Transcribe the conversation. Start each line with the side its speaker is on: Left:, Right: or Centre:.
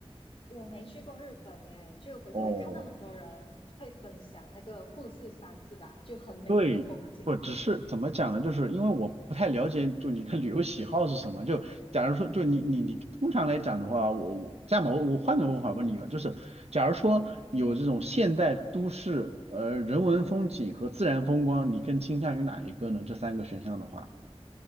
Left: 我没去过日本耶，就可是会看到很多人会分享那个富士山是吧？
Right: 哦，
Left: 就很美那个风景。
Right: 对，不只是怎么讲呢？就是因为我不太了解，就你的旅游喜好是什么。就假如说，就你你你通常来讲的话，我我这样吧，我我换个问法问你吧，就是假如说有这种现代都市，呃，人文风景和自然风光，你更倾向于哪一个呢？这三个选项的话，